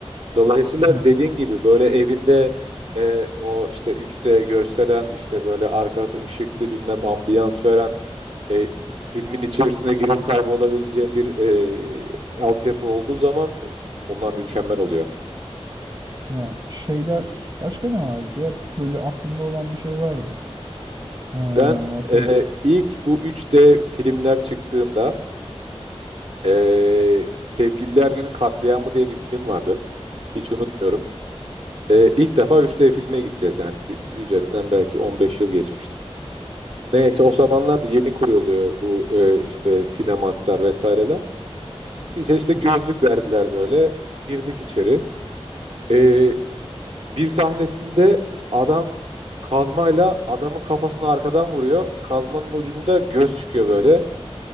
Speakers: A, on the right (about 70°); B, on the right (about 35°).
A: Dolayısıyla
B: Ya,
A: dediğin gibi böyle evinde e, o işte 3D gösteren işte böyle arkası ışıklı bilmem ambiyans veren e, filmin içerisine girip kaybolabileceğin bir e, altyapı olduğu zaman onlar mükemmel oluyor.
B: ya şeyler başka ne vardı ya? Böyle aklımda olan bir şey vardı. Ha,
A: Ben
B: hatırl
A: e, ilk bu 3D filmler çıktığında e, Sevgililer Günü Katliamı diye bir film vardı. Hiç unutmuyorum. E, ilk defa 3D filme gideceğiz yani üzerinden belki 15 yıl geçmiştir. Neyse o zamanlar da yeni kuruluyor bu e, işte Cinemax'lar vesaireler. Bize işte gözlük verdiler böyle. Girdik içeri. E, bir sahnesinde adam kazmayla adamın kafasını arkadan vuruyor. Kazmanın ucunda göz çıkıyor böyle.